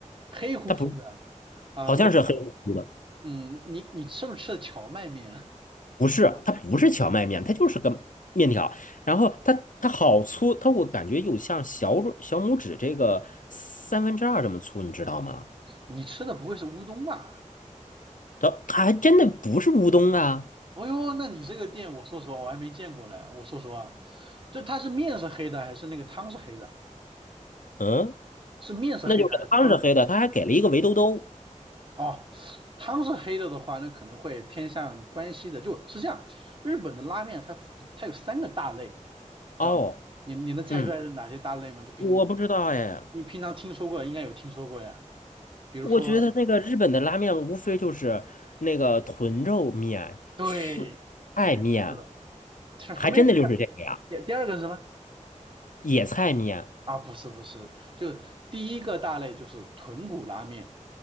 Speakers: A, on the right (about 40°); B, on the left (about 80°).
A: 黑乎乎的啊，
B: 它不好像是黑乎乎的，
A: 那。嗯，你你吃不吃的荞麦面啊？
B: 不是，它不是荞麦面，它就是个面条，然后它它好粗，它我感觉有像小小拇指这个三分之二这么粗，你知道吗？
A: <laughs> 你吃的不会是乌冬吧？
B: 它它还真的不是乌冬啊，
A: 哦呦，那你这个店，我说实话我还没见过嘞。我说实话，这它是面是黑的还是那个汤是黑的啊？
B: 嗯，
A: 是面是黑的还是汤是
B: 那就是汤是黑的，它还给了一个围兜兜。
A: 哦，汤是黑的的话，那可能会偏向关西的。就是这样，日本的拉面它它有三个大类，
B: 哦，
A: 知道吗？你你能猜出来是哪些大类吗？
B: 嗯，
A: 就平时
B: 我不知道哎，
A: 你平常听说过，应该有听说过呀。比如说，
B: 我觉得那个日本的拉面无非就是那个豚肉面、
A: 对，
B: 素菜面，
A: 你看这个，这什么呀？
B: 还真的就是这个呀，
A: 第二第二个是什么？
B: 野菜面。
A: 啊，不是不是，就是第一个大类就是豚骨拉面，